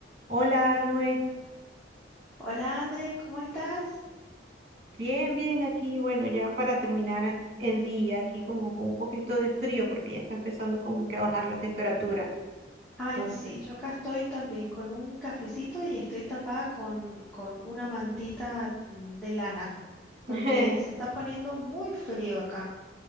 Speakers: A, on the right; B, in the centre.
A: Hola, Noé.
B: Hola André, ¿cómo estás?
A: Bien, bien aquí. Bueno, ya para terminar el día, aquí como con un poquito de frío porque ya está empezando como que a bajar la temperatura.
B: Ay,
A: Entonces,
B: sí, yo acá estoy también con un cafecito y estoy tapada con, con una mantita de lana, porque
A: <laughs>
B: se está poniendo muy frío acá.